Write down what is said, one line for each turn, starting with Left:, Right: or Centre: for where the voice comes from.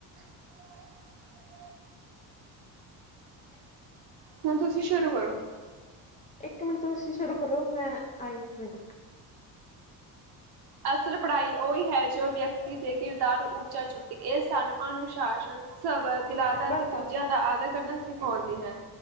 Right: <unintelligible>
Left: <unintelligible>
Right: ਹੁਣ ਤੁਸੀਂ ਸ਼ੁਰੂ ਕਰੋ।
Left: ਇੱਕ ਮਿੰਟ ਤੁਸੀਂ ਸ਼ੁਰੂ ਕਰੋ ਮੈਂ ਆਈ ਇੱਕ ਮਿੰਟ
Right: ਅਸਲ ਪੜ੍ਹਾਈ ਉਹੀ ਹੈ, ਜੋ ਵਿਅਕਤੀ ਦੇ ਕਿਰਦਾਰ ਨੂੰ ਉੱਚਾ ਚੁੱਕੇ ਇਹ ਸਾਨੂੰ ਅਨੁਸ਼ਾਸਨ ਸਭ ਦਲਾਦ
Left: ਬਸ
Right: ਅਤੇ
Left: ਆ।
Right: ਦੂਜਿਆਂ ਦਾ ਆਦਰ ਕਰਨਾ ਸਿਖਾਉਂਦੀ ਹੈ।